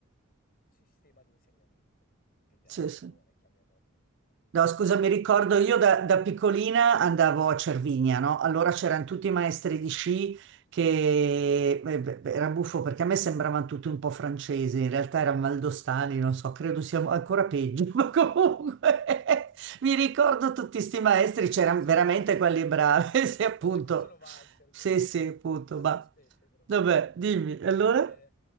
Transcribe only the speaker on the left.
sistema di insegnamento, federazione,
chiamiamola come vogliamo.
Eh,
i francesi
<laughs>
sono,
va- sono
valser.
Forse alcuni sono valzer,
quindi
cioè,
sono di un'altra
specie proprio.
Eh,